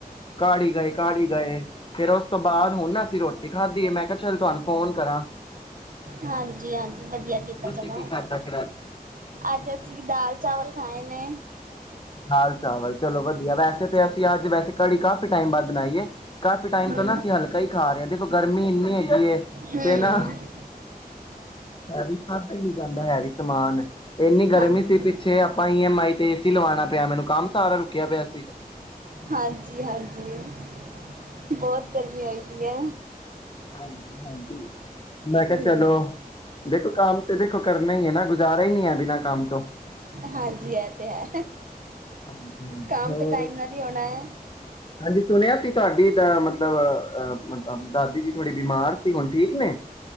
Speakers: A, on the left; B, on the right.
A: ਘਾੜੀਗਏ ਘਾੜੀਗਏ ਫੇਰ ਉਸ ਤੋਂ ਬਾਅਦ ਹੁਣ ਨਾ ਅਸੀਂ ਰੋਟੀ ਖਾਧੀ ਹੈ ਮੈਂ ਕਿਹਾ ਚੱਲ ਤੁਹਾਨੂੰ ਫੋਨ ਕਰਾਂ
B: ਹਾਂਜੀ -ਹਾਂਜੀ ਵਧੀਆ ਕੀਤਾ
A: ਤੁਸੀਂ
B: ਚਲੋ
A: ਕੀ ਖਾਧਾ ਫਿਰ ਅੱਜ
B: ਅੱਜ ਅਸੀਂ ਵੀ ਦਾਲ ਚਾਵਲ ਖਾਏ ਨੇ।
A: ਦਾਲ ਚਾਵਲ ਚਲੋ ਵਧੀਆ ਵੈਸੇ
B: ਹਾਂਜੀ
A: ਤੇ ਅਸੀਂ ਅੱਜ ਵੈਸੇ ਕੜੀ ਕਾਫ਼ੀ ਟਾਈਮ ਬਾਅਦ ਬਣਾਈਏ ਕਾਫੀ ਟਾਈਮ
B: ਹਮ
A: ਤੋਂ ਨਾ ਅਸੀਂ ਹਲਕਾ ਹੀ ਖਾ ਰਹੇ ਹਾਂ ਦੇਖੋ ਗਰਮੀ ਇੰਨੀ ਹੈਗੀ
B: ਹਮ
A: ਤੇ ਨਾ ਫਸ ਵੀ ਜਾਂਦਾ ਹੈਵੀ ਸਮਾਨ ਇੰਨੀ ਗਰਮੀ
B: ਹਾਂਜੀ
A: ਸੀ ਪਿੱਛੇ ਆਪਾਂ ਈ ਐਮ ਆਈ ਤੇ ਤੀ ਲਵਾਣਾ ਪਿਆ ਮੈਨੂੰ ਕੰਮ ਸਾਰਾ ਰੁਕਿਆ ਪਿਆ ਸੀ।
B: ਹਾਂਜੀ ਹਾਂਜੀ ਬਹੁਤ ਗਰਮੀ ਹੋਈ ਪਈ ਐ।
A: ਹਾਂਜੀ- ਹਾਂਜੀ। ਮੈਂ ਕਿਹਾ
B: ਹਮ
A: ਚਲੋ ਦੇਖੋ, ਕੰਮ ਤੇ ਦੇਖੋ ਕਰਨਾ ਈ ਨਾ ਕੁਝ ਗੁਜਾਰਾ ਈ ਨੀ ਹੈ, ਬਿਨਾਂ ਕੰਮ ਤੋਂ।
B: ਹਾਂਜੀ, ਐ ਤੇ ਹੈ।
A: ਹਾਂਜੀ ਹਾਂਜੀ
B: ਕੰਮ
A: ਹੋਰ,
B: ਤੇ ਟਾਈਮ ਨਾਲ ਹੀ ਹੋਣਾ ਹੈ
A: ਹਾਂਜੀ ਸੁਣਿਆ ਸੀ ਤੁਹਾਡੀ ਦ ਮਤਲਬ ਅਹ ਮਤਬ ਦਾਦੀ ਜੀ ਥੋੜੀ ਬਿਮਾਰ ਸੀ, ਹੁਣ ਠੀਕ ਨੇ?